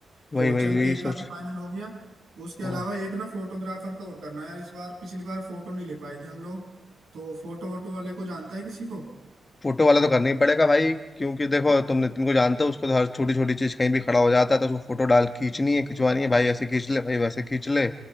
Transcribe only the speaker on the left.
वही
वही
यही
सोच
हाँ
फोटो वाला तो करना ही पड़ेगा भाई क्योंकि देखो तुम नितिन को जानते हो उसको तो हर छोटी छोटी चीज कहीं भी खड़ा हो जाता है तो उसको फोटो डाल खींचनी है खिंचवानी है भाई ऐसे खींच ले भाई वैसे खींच ले